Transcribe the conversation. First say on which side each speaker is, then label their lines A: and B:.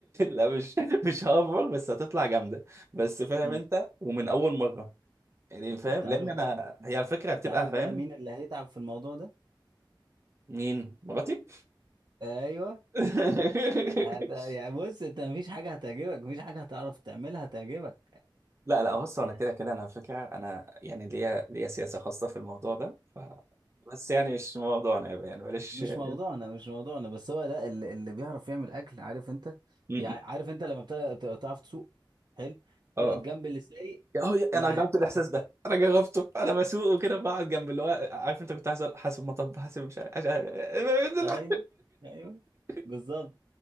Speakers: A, on the right; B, on the right.
A: لا مش مش هافر بس هتطلع جامده بس فاهم
B: مم.
A: انت ومن اول مره يعني فاهم
B: انت عارف
A: لان انا
B: بقى
A: هي على فكره بتبقى
B: انت عارف
A: فاهم
B: بقى مين اللي هيتعب في الموضوع ده
A: مين مراتي
B: ايوه
A: <laughs>
B: هت... يعني بص انت مفيش حاجه هتعجبك مفيش حاجه هتعرف تعملها هتعجبك
A: لا لا بص انا
B: ابدا
A: كده كده انا على فكره انا يعني ليا ليا سياسه خاصه في الموضوع ده بس يعني مش موضوعنا يعني معلش
B: مش
A: م-
B: موضوعنا مش موضوعنا بس هو لا اللي, اللي بيعرف يعمل اكل عارف انت
A: م.
B: يعني عارف انت لما بت- بتبقى بتعرف تسوق حلو
A: اه
B: تقعد جنب اللي سايق
A: يا هو انا
B: ما
A: جربت
B: يعجبكش
A: الاحساس ده
B: بقى
A: انا جربته انا بسوق وكده بقعد جنب اللي هو عارف انت كنت حاسب حاسب مطب حاسب مش عارف عشان-
B: ايوه ايوه بالظبط
A: <laughs>